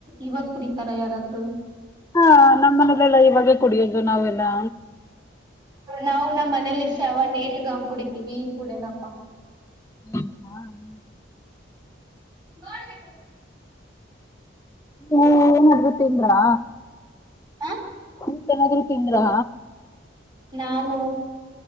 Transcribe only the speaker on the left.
ಹಾ ನಮ್ಮ್ ಮನೇಲೆಲ್ಲಾ ಇವಾಗೆ ಕುಡಿಯೋದು ನಾವೆಲ್ಲಾ
ಹ್ಮ ಹಾ್ಮ <unintelligible>
ಓ ಏನಾದ್ರೂ ತಿಂದ್ರಾ
ಊಟ ನಾದ್ರು ತಿಂದ್ರಾ